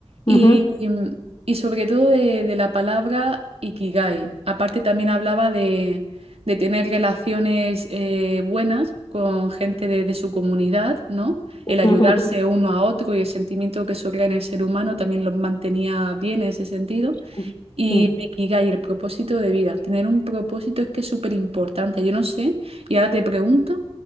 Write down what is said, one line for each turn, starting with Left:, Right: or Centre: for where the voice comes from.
Right: Y,
Left: Ujú,
Right: mm, y sobre todo de, de la palabra ikigai. Aparte también hablaba de, de tener relaciones eh, buenas con gente de, de su comunidad, ¿no?
Left: ujú,
Right: El ayudarse
Left: ujú,
Right: uno a otro y el sentimiento que eso crea en el ser humano también lo mantenía bien en ese sentido.
Left: ujú.
Right: Y
Left: Sí.
Right: el ikigai, el propósito de vida. Tener un propósito es que es súper importante. Yo no sé, y ahora te pregunto.